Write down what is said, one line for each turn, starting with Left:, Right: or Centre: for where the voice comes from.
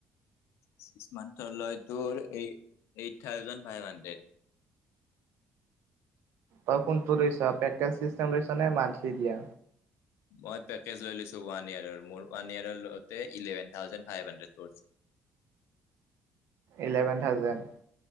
Left: ছিক্স মান্থৰ লয়টোৰ এই এইট থাউজেণ্ড ফাইভ হাণ্ড্ৰেড
Right: তই কোনটো লৈছা পেকেত চিচতেম লৈছা নে মান্থলি দিয়া।
Left: মই পেকেজ লৈ লৈছো ৱানইয়াৰৰ মোৰ ৱানইযাৰলওতে ইলেভেনথাউজেন ফাইফ হান্ডেত পৰিছে।
Right: ইলেভেন থাউজেণ্ড